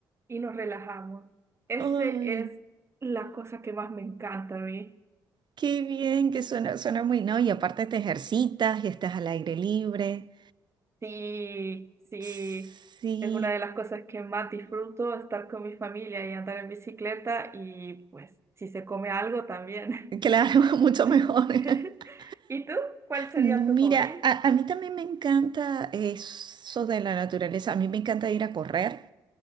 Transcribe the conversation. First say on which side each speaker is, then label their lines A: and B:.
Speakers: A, on the right; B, on the right.
A: y nos relajamos. Ese
B: Ay,
A: es la cosa que más me encanta a mí.
B: qué bien que suena, suena muy, ¿no? Y aparte te ejercitas y estás al aire libre.
A: Sí, sí,
B: Sí.
A: es una de las cosas que más disfruto, estar con mi familia y andar en bicicleta y pues si se come algo también.
B: Claro, <laughs> mucho
A: <laughs> <laughs>
B: mejor. <laughs>
A: ¿Y tú? ¿Cuál sería
B: Mira,
A: tu hobby?
B: a, a mí también me encanta eso de la naturaleza. A mí me encanta ir a correr.